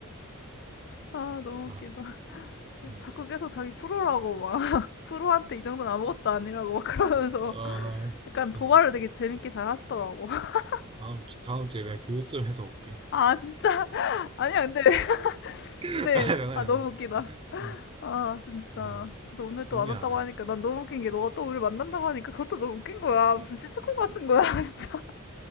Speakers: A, on the left; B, on the right.
A: 아 너무
B: 아,
A: 웃기다. <laughs>
B: 음.
A: 자꾸 계속 자기 프로라고 막 <laughs> 프로한테 이 정도는 아무것도 아니라고 막 그러면서
B: 아,
A: <laughs> 약간
B: 진짜.
A: 도발을 되게 재밌게 잘 하시더라고. <laughs>
B: 다음, 주- 다음 주에 내가 교육 좀 해서 올게.
A: 아 진짜, <laughs> 아니야 근데 <laughs>
B: <laughs>
A: 근데
B: 아, 장난,
A: 아
B: 장난.
A: 너무 웃기다.
B: 음.
A: 아 진짜.
B: 아,
A: 그래서 오늘
B: 신기하네.
A: 또 안 왔다고 하니까 난 너무 웃긴 게 너가 또 우리 만난다고 하니까 그것도 너무 웃긴 거야. 무슨 시트콤 같은 거야 <laughs> 진짜.